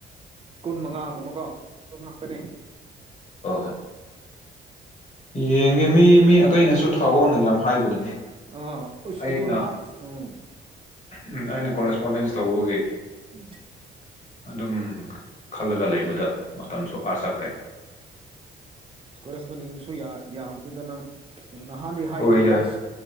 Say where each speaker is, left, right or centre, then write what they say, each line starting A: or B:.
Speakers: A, on the right; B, on the left.
A: ꯀꯨꯟ ꯃꯉꯥꯒꯨꯝꯕ ꯀꯣ ꯑꯗꯨ ꯉꯥꯛꯇꯅꯦ
B: ꯍꯣꯍꯣꯏ ꯌꯦꯡꯒꯦ ꯃꯤ ꯃꯤ ꯑꯇꯩꯅꯁꯨ ꯊꯥꯛꯑꯣꯅ ꯌꯥꯝ ꯍꯥꯏꯕꯅꯤꯅꯦ
A: ꯑꯥ ꯎꯁ
B: ꯑꯩꯅ
A: ꯑꯗꯨ ꯅꯍꯥꯟ ꯎꯝ
B: ꯎꯝ ꯑꯩꯅ ꯀꯣꯔꯦꯁꯄꯣꯟꯗꯦꯟꯁ ꯇꯧꯕꯒꯤꯥ
A: ꯎꯝ
B: <inaudible> ꯑꯗꯨꯝ ꯈꯜꯂꯒ ꯂꯩꯕꯗ ꯃꯇꯝꯁꯨ ꯑꯥꯖꯈ꯭ꯔꯦ
A: ꯀꯣꯔꯁꯄꯣꯗꯤꯡꯁꯨ ꯌꯥ ꯌꯥꯕꯗꯨꯗ ꯅꯪ ꯅꯍꯥꯟꯗꯤ ꯍꯥꯏꯈ꯭ꯔꯗꯤ
B: ꯍꯣꯏ ꯌꯥꯏ
A: ꯑꯁ